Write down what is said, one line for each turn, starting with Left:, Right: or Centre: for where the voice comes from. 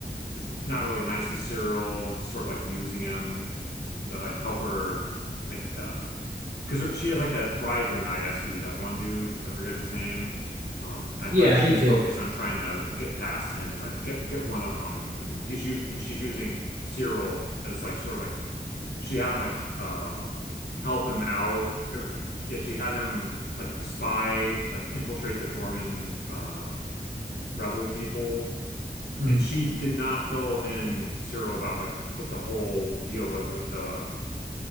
Left: is not really nice to Cyril, sort of like using him to like help her like uh because she has like that rival in ISB, that one dude, I forget his name. Um, I
Right: Yeah,
Left: feel like she's
Right: me too.
Left: focused on trying to get past him and like get get one up on him, and he's using and she's using Cyril as like sort of like the, she had him like uh help him out, or yeah, she had him like spy like infiltrate the Gorman uh rebel people,
Right: Mm,
Left: and she did not fill in Cyril about like what the whole deal was with the